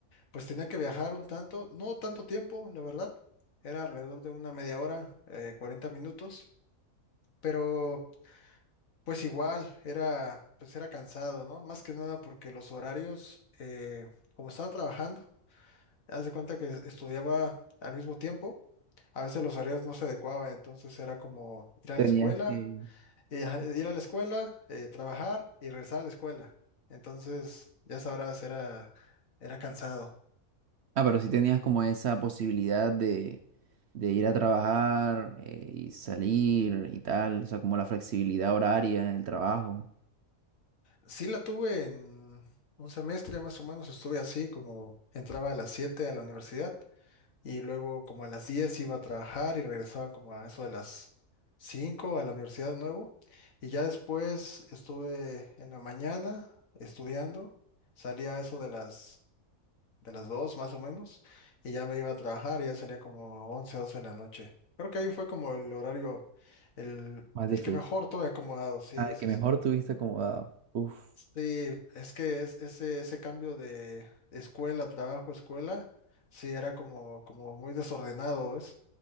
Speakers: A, on the left (about 70°); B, on the right (about 60°).
A: pues tenía que viajar un tanto, no tanto tiempo, la verdad, era alrededor de una media hora, eh, 40 minutos, pero... Pues igual, era, pues era cansado, ¿no? Más que nada porque los horarios, eh, como estaba trabajando, haz de cuenta que estudiaba al mismo tiempo, a veces los horarios no se adecuaban, entonces era como ir a
B: Tenías
A: la escuela,
B: que...
A: y ajá, ir a la escuela, eh, trabajar y regresar a la escuela. Entonces, ya sabrás, era, era cansado.
B: Ah, pero sí tenías como esa posibilidad de, de ir a trabajar eh, y salir y tal, o sea, como la flexibilidad horaria en el trabajo.
A: Sí la tuve en un semestre más o menos, estuve así, como entraba a las 7 a la universidad y luego como a las 10 iba a trabajar y regresaba como a eso de las 5 a la universidad de nuevo. Y ya después estuve en la mañana estudiando, salía a eso de las, de las 2 más o menos, y ya me iba a trabajar y ya salía como 11 12 de la noche. Creo que ahí fue como el horario, el,
B: Más
A: el
B: difícil.
A: que mejor tuve acomodado, sí,
B: Ah,
A: sí,
B: que mejor
A: sí.
B: tuviste acomodado. Uf.
A: Sí, es que es, ese, ese cambio de escuela, trabajo, escuela, sí era como, como muy desordenado, ¿ves?